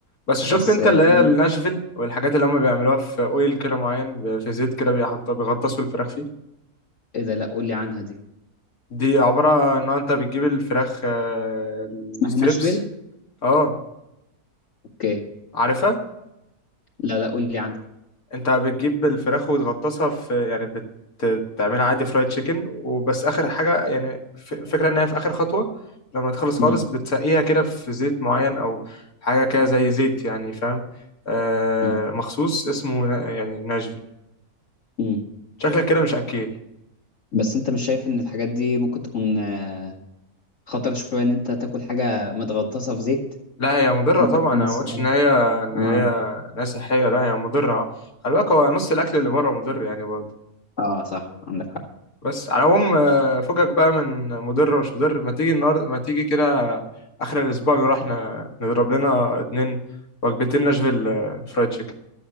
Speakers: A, on the left (about 75°); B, on the left (about 55°).
A: بس
B: بس
A: شفت انت
B: آه،
A: اللي
B: قول
A: هي الناشفيل والحاجات اللي هم بيعملوها في اويل كده معين في زيت كده بيحطوا بيغطسوا الفراخ فيه
B: ايه ده لا قول لي عنها دي
A: دي عبارة ان انت بتجيب الفراخ آه، الستريبس
B: اسمها ناشفيل
A: اه
B: اوكي
A: عارفها
B: لا لا قول لي عنها
A: انت بتجيب الفراخ وتغطسها في يعني بتعملها عادي فرايد تشيكن وبس اخر حاجة يعني ف- فكرة ان هي في اخر خطوة لما تخلص خالص
B: مم.
A: بتسقيها كده في زيت معين او حاجة كده زي زيت يعني فاهم آه
B: مم.
A: مخصوص اسمه نا- يعني ناشفيل
B: مم.
A: شكلك كده مش اكيل
B: بس انت مش شايف ان الحاجات دي ممكن تكون آه، خطر شوية إن أنت تاكل حاجة متغطسة في زيت
A: لا هي مضرة
B: ممكن
A: طبعا
B: تكون
A: انا
B: مش صحية
A: ما قلتش ان هي ان
B: آه
A: هي إن هي صحية لا هي مضرة خلي بالك هو نص الاكل اللي بره مضر يعني برضه
B: آه صح عندك حق
A: بس على العموم آه، فكك بقى من مضر ومش مضر ما تيجي النهارده ما تيجي كده اخر الاسبوع نروح ن- نضرب لنا اتنين وجبتين ناشفيل آه، فرايد تشيكن